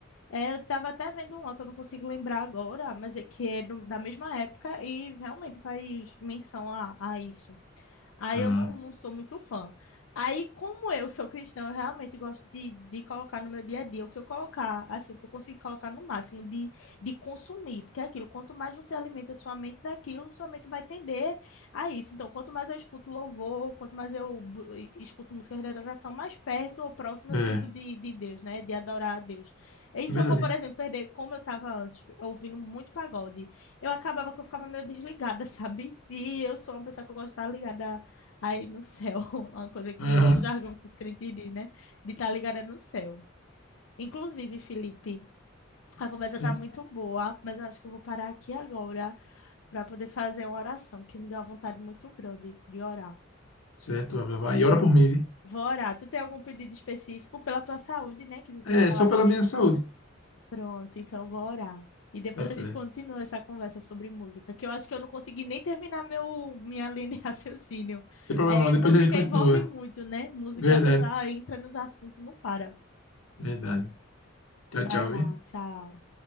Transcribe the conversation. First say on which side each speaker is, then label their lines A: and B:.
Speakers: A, on the left; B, on the left.
A: É, eu tava até vendo uma que eu não consigo lembrar agora, mas é que é do- da mesma época e realmente faz menção a, a isso. Aí
B: Ah,
A: eu não, não sou muito fã. Aí, como eu sou cristã, eu realmente gosto de, de colocar no meu dia a dia o que eu colocar, assim, o que eu consigo colocar no máximo de, de consumir, porque é aquilo, quanto mais você alimenta sua mente daquilo, sua mente vai tender a isso. Então, quanto mais eu escuto louvor, quanto mais eu bu- e- escuto músicas de adoração, mais perto ou próximo eu
B: é,
A: sinto de, de Deus, né? De adorar a Deus. E se
B: é verdade.
A: eu for, por exemplo, perder, como eu estava antes, ouvindo muito pagode, eu acabava que eu ficava meio desligada, <laughs> sabe? E eu sou uma pessoa que eu gosto de estar ligada Aí no céu, <laughs> uma coisa que,
B: Aham,
A: um jargão que os crentes dizem, né? De estar ligada no céu. Inclusive, Felipe, a conversa
B: sim.
A: tá muito boa, mas eu acho que eu vou parar aqui agora para poder fazer uma oração, que me deu uma vontade muito grande de orar.
B: Certo, vai levar. E ora por mim, viu?
A: Vou orar. Tu tem algum pedido específico pela tua saúde, né? Que tu tinha
B: É,
A: falado
B: só pela
A: que
B: minha saúde.
A: Pronto, então vou orar. E depois
B: Tá certo.
A: a gente continua essa conversa sobre música, que eu acho que eu não consegui nem terminar meu, minha linha de <laughs> raciocínio.
B: Não tem problema
A: É,
B: não, depois
A: música
B: a gente continua.
A: envolve muito, né? Música,
B: Verdade,
A: a pessoa entra nos assuntos, não para.
B: verdade. Tchau,
A: Vai
B: tchau,
A: lá,
B: viu?
A: tchau.